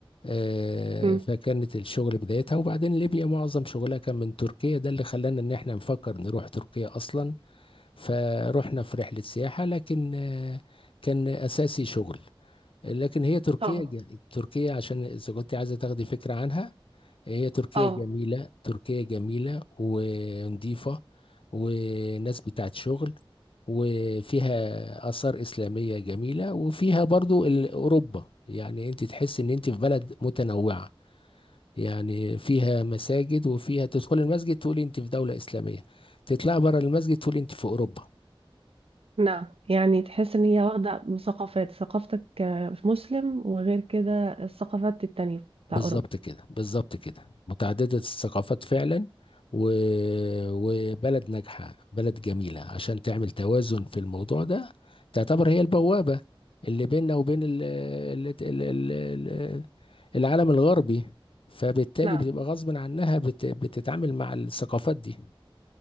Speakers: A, on the left (about 70°); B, on the right (about 85°).
A: آه،
B: مم.
A: فكانت الشغل بدايتها وبعدين ليبيا معظم شغلها كان من تركيا ده اللي خلانا ان احنا نفكر نروح تركيا اصلا فروحنا في رحلة سياحة لكن آه، كان اساسي شغل لكن هي تركيا
B: اه
A: ج- تركيا عشان اذا كنت عايزة تاخدي فكرة عنها هي تركيا
B: اه
A: جميلة تركيا جميلة ونظيفة وناس بتاعت شغل وفيها آثار إسلامية جميلة وفيها برضو ال- أوروبا يعني أنت تحس إن أنت في بلد متنوعة يعني فيها مساجد وفيها تدخل المسجد تقول انت في دولة إسلامية تطلع بره المسجد تقول انت في أوروبا
B: نعم يعني تحس ان هي واخده ثقافات ثقافتك كمسلم وغير كده الثقافات التانية بتاع
A: بالظبط
B: اوروبا
A: كده بالظبط كده متعددة الثقافات فعلا و... وبلد ناجحة بلد جميلة عشان تعمل توازن في الموضوع ده تعتبر هي البوابة اللي بيننا وبين ال... ال... ال... ال... ال- العالم الغربي فبالتالي
B: نعم
A: بتبقى غصب عنها بت... بتتعامل مع الثقافات دي